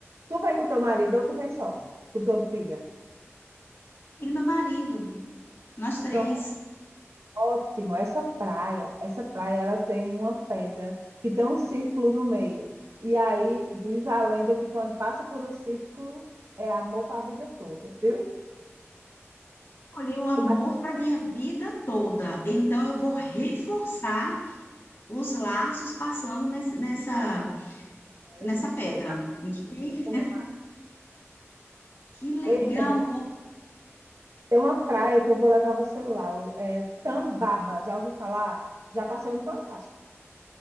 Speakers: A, on the right; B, on the left.
A: Tu vem com teu marido ou tu vem só, com tua filha?
B: Ele, meu marido, nós três,
A: Pronto, ótimo. Essa praia, essa praia, ela tem uma pedra que tem um círculo no meio. E aí diz a lenda que quando passa por um círculo é amor para a vida toda, viu?
B: escolhi o amor
A: Você tá...
B: para minha vida toda. Então eu vou reforçar os laços passando nesse- nessa, nessa
A: Eu já
B: pedra.
A: fui
B: Gente,
A: com meu marido.
B: que legal!
A: Eita, bem, tem uma praia que eu vou levar você lá, é Tambaba. Já ouviu falar? Já passou no Fantástico.